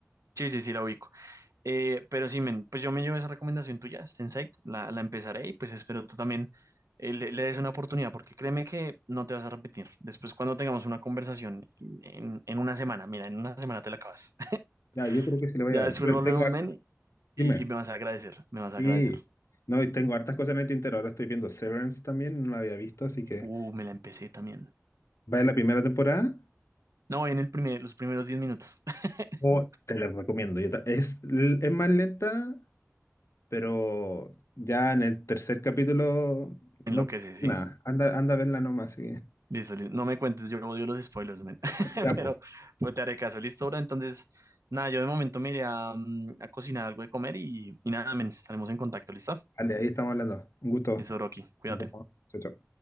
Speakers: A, on the right; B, on the left.
A: Sí, sí, sí, la ubico. Eh, pero sí, men, pues yo me llevo esa recomendación tuya, Sensei, la, la empezaré y pues espero tú también eh, le, le des una oportunidad, porque créeme que no te vas a repetir. Después, cuando tengamos una conversación en, en una semana, mira, en una semana te la acabas. <laughs>
B: Ya, yo creo que sí le voy
A: Ya
B: a dar.
A: después
B: Pues
A: volvemos,
B: tengo harta.
A: men,
B: Dime.
A: y, y me vas a agradecer, me vas a
B: Sí,
A: agradecer.
B: no, y tengo hartas cosas en el tintero. Ahora estoy viendo Severance también, no la había visto, así que
A: Uh, me la empecé también.
B: vaya la primera temporada.
A: No, en el primer, los primeros 10 minutos. <laughs>
B: Oh, te la recomiendo. Yo ta- es, l- es más lenta, pero ya en el tercer capítulo, no,
A: Enloquece, ¿sí?
B: nada, anda, anda a verla nomás. Así
A: Listo, listo. No me cuentes, yo odio los spoilers, men. <laughs>
B: ya,
A: Pero
B: pues,
A: pues te haré caso, listo, bro. Entonces, nada, yo de momento me iré a, mm, a cocinar algo de comer y, y nada, men, estaremos en contacto, ¿listo?
B: vale, ahí estamos hablando. Un gusto.
A: Listo, Rocky, cuídate.
B: Nos vemos. Chao, chao.